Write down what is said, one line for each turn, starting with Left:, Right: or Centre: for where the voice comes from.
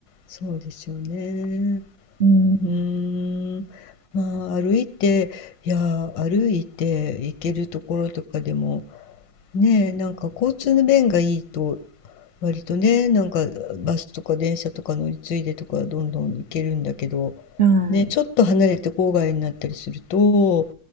Left: そうですよね。
Right: うん。
Left: うーん、まあ、歩いて、いやー、歩いて行けるところとかでも、ねえ、なんか交通の便がいいと割とね、なんかバスとか電車とか乗り継いでとかどんどん行けるんだけど、
Right: はい。
Left: ね、ちょっと離れて郊外になったりすると、